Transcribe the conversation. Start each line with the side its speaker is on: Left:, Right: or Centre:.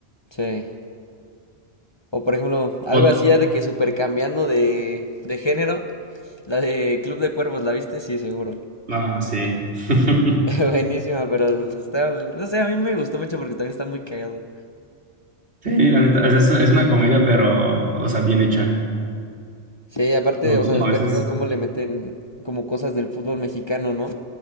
Left: Sí. O por ejemplo, algo
Right: Otra.
Left: así ya de que super cambiando de, de género, la de Club de Cuervos, ¿la viste? Sí, seguro.
Right: Ah, sí. <laughs>
Left: <laughs> Buenísima, pero está, no sé, a mí me gustó mucho porque también está muy cagado.
Right: Sí, la neta, o sea, es, es una comedia, pero, o sea, bien hecha.
Left: Sí, aparte,
Right: No
Left: o
Right: como
Left: sea, está
Right: a veces,
Left: cagado cómo le meten como cosas del fútbol mexicano, ¿no?